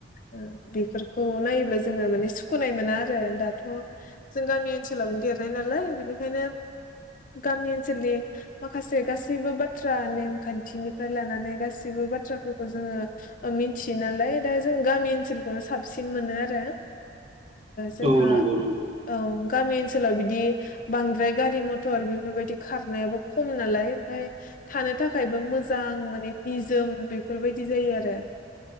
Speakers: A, on the left; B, on the right.
A: ओ बेफोरखौ नायोब्ला जोङो माने सुखुनाय मोना आरो दाथ' जों गामि ओनसोलावनो देरनाय नालाय बेनिखायनो गामि ओनसोलनि माखासे गासैबो बाथ्रा नेमखान्थिनिफ्राय लानानै गासै गासिबो बाथ्राफोरखौ जोङो मिथियो नालाय दा जों गामि ओनसोलखौनो साबसिन मोनो आरो आरो जोंहा।
B: औ नंगौ नंगौ
A: औ गामि ओनसोलाव बिदि बांद्राय गारि मथर बेफोरबायदि खारनायाबो खम नालाय। ओमफ्राय थानो थाखायबो मोजां माने निजोम बेफोरबायदि जायो आरो